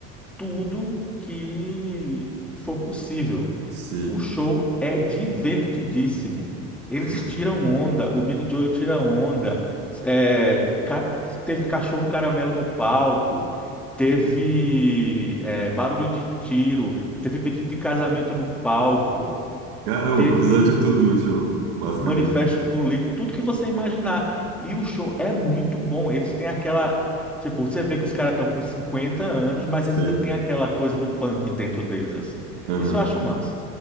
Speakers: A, in the centre; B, on the right.
A: tudo que for possível.
B: Sei.
A: O show é divertidíssimo. Eles
B: <laughs>
A: tiram onda, o Billy Joel tira onda. É, ca- teve cachorro caramelo no palco, teve é, barulho de tiro, teve pedido de casamento no palco,
B: Caramba,
A: teve
B: aconteceu de tudo no show, basicamente.
A: manifesto político, tudo que você imaginar. E o show é muito bom. Eles têm aquela. Tipo, você vê que os caras estão com 50 anos, mas
B: Sei.
A: eles ainda têm aquela coisa do punk dentro deles, assim.
B: Aham.
A: Isso eu acho massa.